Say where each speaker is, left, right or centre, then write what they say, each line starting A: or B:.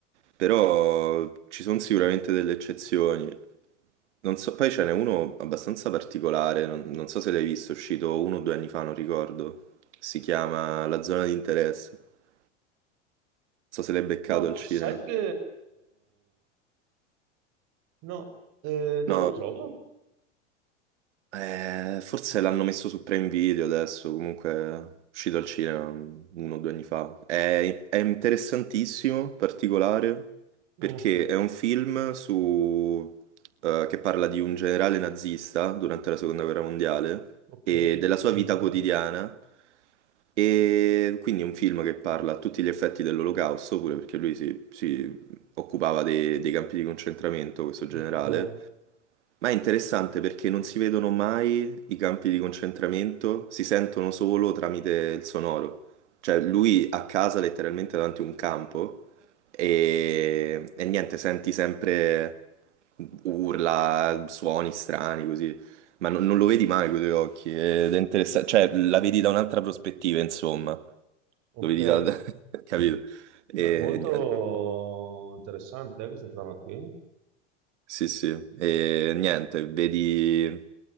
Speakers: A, on the right; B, on the right.
A: Però ci sono sicuramente delle eccezioni. Non so, poi ce n'è uno abbastanza particolare, non, non so se l'hai visto, è uscito uno o due anni fa, non ricordo. Si chiama La zona di interesse. Non so se l'hai beccato
B: No,
A: al cinema.
B: sai che... No, eh, dove
A: No,
B: lo trovo?
A: Eh, forse l'hanno messo su Prime Video adesso, comunque è uscito al cinema uno o due anni fa. È, è interessantissimo, particolare,
B: Mm,
A: perché è un film su, eh, che parla di un generale nazista durante la Seconda Guerra Mondiale
B: ok,
A: e della sua
B: mi
A: vita
B: piace.
A: quotidiana. E quindi è un film che parla a tutti gli effetti dell'Olocausto, pure perché lui si, si occupava dei, dei campi di concentramento, questo generale,
B: Ok,
A: ma è interessante perché non si vedono mai i campi di concentramento, si sentono solo tramite il sonoro. Cioè lui a casa letteralmente davanti a un campo e, e niente, senti sempre urla, suoni strani così, ma non, non lo vedi mai con i tuoi occhi ed è interessante, cioè la vedi da un'altra prospettiva, insomma, lo
B: ok.
A: vedi da... <laughs> da- capito? E
B: Beh, molto
A: niente.
B: interessante eh, questa trama qui.
A: Sì, sì, e niente, vedi